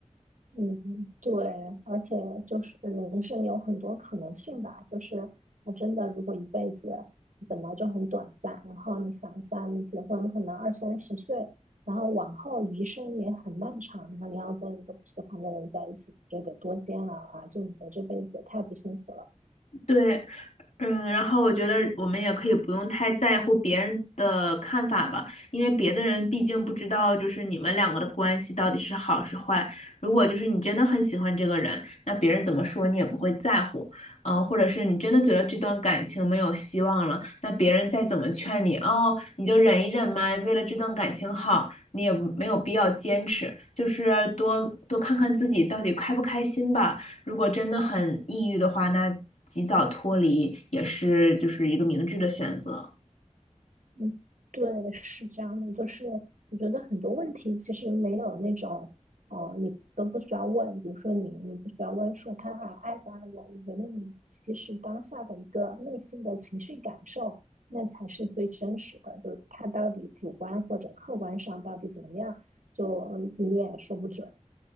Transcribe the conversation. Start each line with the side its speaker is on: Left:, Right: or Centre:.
Right: 嗯，对，而且就是人生有很多可能性吧，就是那真的，如果一辈子本来就很短暂，然后你想一下，你结婚可能二三十岁，然后往后余生也很漫长，那你要跟一个不喜欢的人在一起，这得多煎熬啊！就你的这辈子也太不幸福了。
Left: 对，嗯，然后我觉得我们也可以不用太在乎别人的看法吧，因为别的人毕竟不知道就是你们两个的关系到底是好是坏。如果就是你真的很喜欢这个人，那别人怎么说你也不会在乎，嗯，或者是你真的觉得这段感情没有希望了，那别人再怎么劝你，哦，你就忍一忍嘛，为了这段感情好，你也没有必要坚持，就是多多看看自己到底开不开心吧。如果真的很抑郁的话，那及早脱离也是就是一个明智的选择。
Right: 嗯，对，是这样的，就是我觉得很多问题其实没有那种，哦、你都不需要问，比如说你你不需要问说他还爱不爱我，我觉得你其实当下的一个内心的情绪感受，那才是最真实的，就他到底主观或者客观上到底怎么样，就嗯你也说不准。